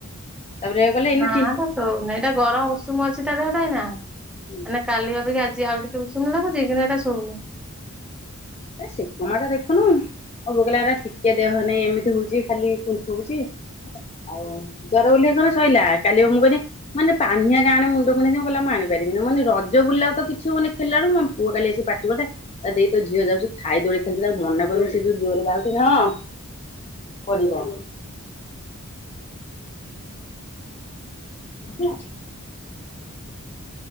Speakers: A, on the left; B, in the centre.
A: ତାପରେ କହିଲେ ଏଇନା
B: ନାଟ
A: ତିନି
B: ସୋନ ଏଇଟା ଗରମ ଉଷୁମ ଅଛି ତା ଦେହଟା ନା ମାନେ
A: ହୁଁ
B: କାଲି ଭା କିି ଆଜି ଆଉ ଟିକ ୁସୁୁ ଯଟା ଶୋଉନି
A: ଏ ସେକୁମା ଟା ଦେଖୁନୁ ମୋ ବଗିଲ ଟିକେ ଦେହ ନାଇଁ ଏମିତି ହଉଛି ଖାଲି ଥଉଛି ଆଉ ଜର ଓହ୍ଲେଇ କଣ ସରିଲା କାଲି ମୁଁ କନି ମାନେ ପାନିଆରେ ଆଣେ ମୁଣ୍ଡକୁଣ୍ଡେଇ କହଲେ ମୁ ଆଣିପାରିବିନ ନା ମାନେ ରଜ ବୁଲାଉ ତ କିଛିବ ମାନେ। ଖଲା ବୁ ମୋ ପୁଅ କାଲି ଆସିି ପାଟିବ ଟା ଦେଇ ତ ଝିଅ ଯାଉଛି ଖାଇ ଦୋଳି ଖାଇଛନ୍ତି ତାକୁ ମନା କରିବି ସେ ଯୋଉ ଜୋରରେ ବାହାରୁଥିଲେ ହଁ ପଡିବ। ଠ ଅଛି <inaudible>